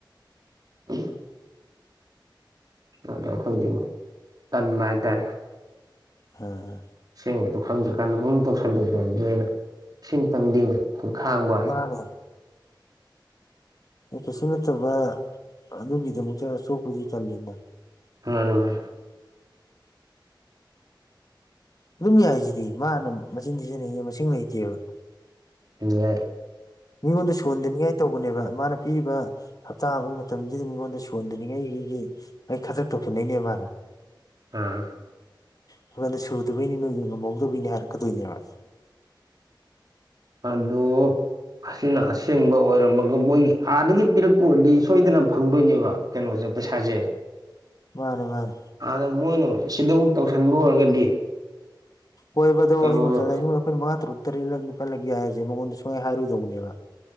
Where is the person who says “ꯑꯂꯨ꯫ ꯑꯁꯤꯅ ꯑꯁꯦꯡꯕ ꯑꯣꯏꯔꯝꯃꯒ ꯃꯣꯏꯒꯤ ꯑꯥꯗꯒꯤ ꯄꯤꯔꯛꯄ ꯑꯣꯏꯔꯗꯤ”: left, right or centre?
Right